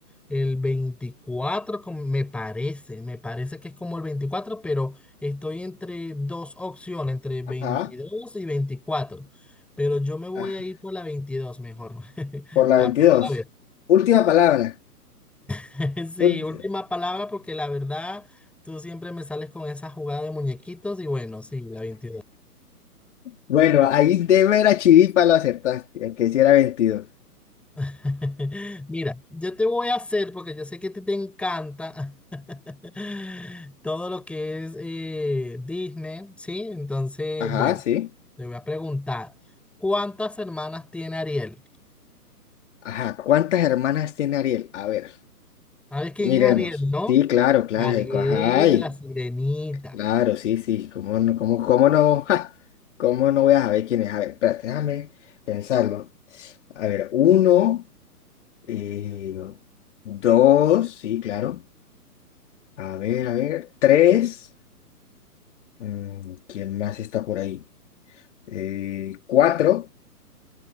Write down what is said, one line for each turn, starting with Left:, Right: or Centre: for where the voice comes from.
Centre: el 24, como- me parece, me parece que es como el 24, pero estoy entre dos opciones, entre veintidós
Left: Ajá.
Centre: y 24. Pero yo me voy
Left: ah,
Centre: a ir por la 22, mejor. <laughs>
Left: Por la
Centre: A
Left: 22.
Centre: ver,
Left: Última palabra.
Centre: <laughs> Sí,
Left: Ult-
Centre: última palabra porque la verdad tú siempre me sales con esa jugada de muñequitos y bueno, sí, la 22.
Left: Bueno, ahí de vera chiripa lo acertaste, el que sí era 22.
Centre: <laughs> Mira, yo te voy a hacer porque yo sé que a ti te encanta <laughs> todo lo que es eh, Disney, ¿sí? Entonces,
Left: Ajá,
Centre: bueno,
Left: sí.
Centre: te voy a preguntar, ¿cuántas hermanas tiene Ariel?
Left: Ajá, ¿cuántas hermanas tiene Ariel? A ver.
Centre: ¿Sabes quién
Left: Miremos.
Centre: es Ariel, no?
Left: Sí, claro, claro.
Centre: Ariel
Left: eh, co- Ay,
Centre: de la Sirenita.
Left: claro, sí, sí. ¿Cómo no, cómo, cómo no, <laughs> ja, cómo no voy a saber quién es? A ver, espérate, déjame pensarlo. A ver, uno, eh, dos, sí, claro. A ver, a ver, tres. mm, ¿quién más está por ahí? Eh, cuatro.